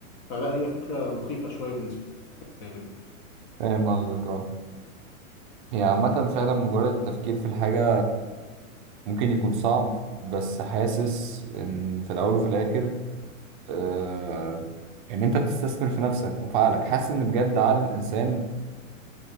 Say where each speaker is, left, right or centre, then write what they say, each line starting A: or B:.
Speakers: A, on the left; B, on the right.
A: فلا هي فكره مخيفه شويه بالنسبه لي
B: فاهم قصدك اه هي عامة فعلا مجرد التفكير في الحاجة ممكن يكون صعب بس حاسس إن في الأول وفي الآخر آه، إن أنت بتستثمر في نفسك وفي عقلك حاسس إن بجد عقل الإنسان